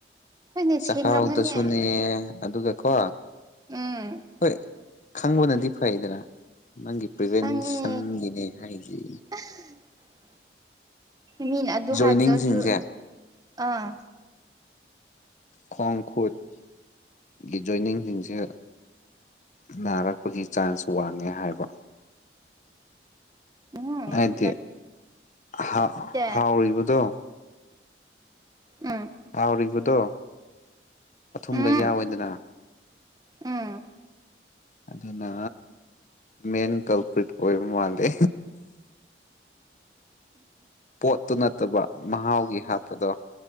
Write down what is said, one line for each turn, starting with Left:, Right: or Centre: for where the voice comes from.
Right: ꯍꯣꯏꯅꯦ
Left: ꯆꯈꯥꯎꯗꯁꯨꯅꯦ
Right: ꯁꯦꯡꯔꯝꯒꯅꯤ
Left: ꯑꯗꯨꯒꯀꯣ
Right: ꯎꯝ
Left: ꯍꯣꯏ ꯈꯪꯕꯅꯗꯤ ꯐꯩꯗꯅ ꯅꯪꯒꯤ ꯄ꯭ꯔꯤꯚꯦꯟꯁꯟꯒꯤꯅꯦ
Right: ꯈꯪꯉꯦ
Left: ꯍꯥꯏꯁꯤ
Right: <unintelligible> ꯃꯤꯅ ꯑꯗꯨ
Left: ꯖꯣꯏꯅꯤꯡꯁꯤꯡꯁꯦ
Right: ꯍꯥꯏꯕꯗꯣ ꯑꯗꯨ ꯑꯥ
Left: ꯈꯣꯡ ꯈꯨꯠꯒꯤ ꯖꯣꯏꯅꯤꯡꯁꯤꯡꯁꯦ ꯅꯥꯔꯛꯄꯒꯤ ꯆꯥꯟꯁ ꯋꯥꯡꯉꯦ ꯍꯥꯏꯕ
Right: ꯎꯝ
Left: ꯍꯥꯏꯗꯤ ꯍꯥꯥꯎ
Right: <unintelligible>
Left: ꯍꯥꯎꯔꯤꯕꯗꯣ
Right: ꯎꯝ
Left: ꯍꯥꯎꯔꯤꯕꯗꯣ ꯑꯊꯨꯝꯕ
Right: ꯎꯝ
Left: ꯌꯥꯎꯋꯦꯗꯅ
Right: ꯎꯝ
Left: ꯑꯗꯨꯅ ꯃꯦꯟ ꯀꯜꯀ꯭ꯔꯤꯠ ꯑꯣꯏꯕ ꯃꯥꯜꯂꯦ ꯄꯣꯠꯇꯨ ꯅꯠꯇꯕ ꯃꯍꯥꯎꯒꯤ ꯍꯥꯞꯄꯗꯣ